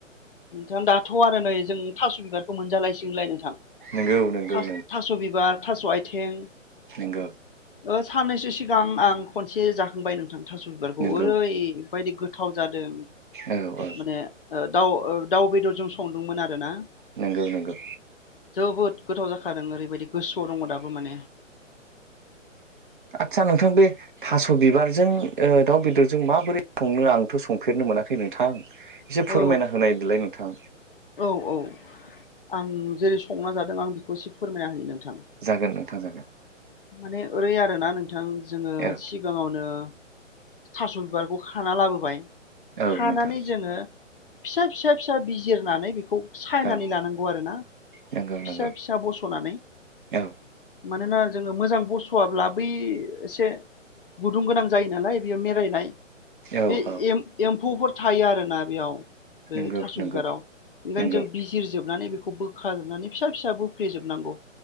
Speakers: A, on the left; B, on the right.
A: नोंथां दाथ' आरो नै जों थास' थ' बिबारखौ मोनजालायसिगोनलाय नोंथां
B: नंगौ नंगौ
A: थास' बिबार थास' आथिं
B: नोंगौ।
A: ओ सन्नैसो सिगां आं खनसे जाखांबाय नोंथां। थास बिबारखौ
B: नंगौ
A: ओरैबायदि गोथाव जादों।
B: औ औ।
A: माने ओ दाउ ओ दाउ बेदरजों संदोंमोन आरोना।
B: नोंगौ नोंगौ।
A: जोबोद गोथाव जाखादों ओरैबायदि गोसोयाव दङ दाबो माने।
B: आतसा नोंथां बे थास' बिबारजों ओ दाव बेदरजों माबोरै संनो आंथ' संफेरनो मोनाखै नोंथां। एसे फोरमायना
A: औ
B: होनाय देलाय नोंथां
A: औ औ आं जेरै संना जादों आं बेखौ एसे फोरमायना होनि नोंथां।
B: जागोन नोंथां जागोन
A: माने ओरै आरोना नों बिथां जोङो
B: औ
A: सिगाङावनो थास' बिबारखौ खाना लाबोबाय। खानानै
B: औ नोंथां
A: जोङो फिसा फिसा फिसा बिजिरनानै बिखौ सायनानै
B: औ
A: लानांगौ आरोना
B: नंगौ
A: फिसा
B: नंगौ
A: फिसा बस'नानै।
B: औ
A: मानोना जोङो मोजां बस'याब्ला बै एस से गुदुं गोनां जायो नालाय बेयो मेरायनाय
B: औ
A: बे
B: औ
A: एम एम फौफोर थायो आरोना बेयाव बे
B: नंगौ
A: थास'
B: नंगौ
A: बिबाराव। ओंखायनो
B: नंगौ
A: जों बिजिरजोबनानै बेखौ बो खाजोबनानै फिसा फिसा बोफ्लेजोबनांगौ।